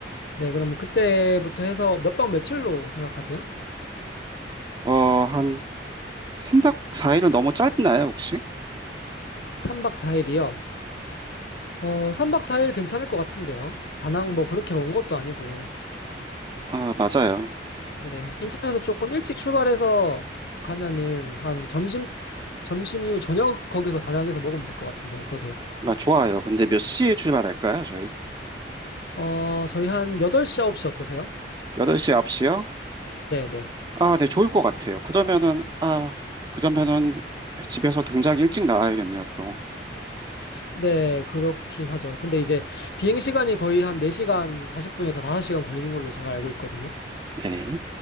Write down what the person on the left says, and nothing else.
네, 그러면 그때부터 해서 몇 박 며칠로 생각하세요?
3박 4일이요. 어, 3박 4일 괜찮을 것 같은데요. 다낭 뭐 그렇게 먼 것도 아니고.
네, 인천에서 조금 일찍 출발해서 가면은 한 점심, 점심 이후 저녁 거기서 다낭에서 먹으면 될 것 같은데 어떠세요?
어, 저희 한 8시, 9시 어떠세요?
네, 네.
네, 그렇긴 하죠. 근데 이제 비행 시간이 거의 한 4시간 40분에서 5시간 걸리는 걸로 제가 알고 있거든요.